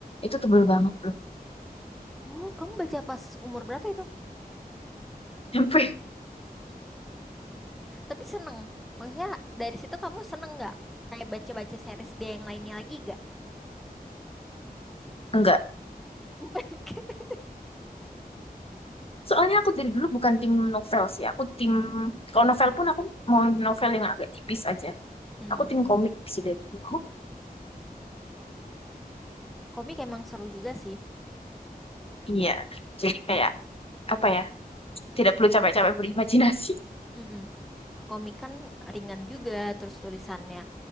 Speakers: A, on the left; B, in the centre.
A: itu tebel banget loh
B: Oh, kamu baca pas umur berapa itu?
A: <laughs> sampai
B: Tapi seneng. Maksudnya dari situ kamu seneng nggak? Kayak baca-baca series dia yang lainnya lagi nggak?
A: enggak
B: <laughs>
A: soalnya aku dari dulu bukan tim novel sih aku tim kalau novel pun aku mau novel yang agak tipis aja
B: Hmm,
A: aku tim komik sih dari dulu
B: komik emang seru juga sih.
A: iya jadi kayak apa ya tidak perlu capek-capek berimajinasi
B: Mm-mm. Komik kan ringan juga, terus tulisannya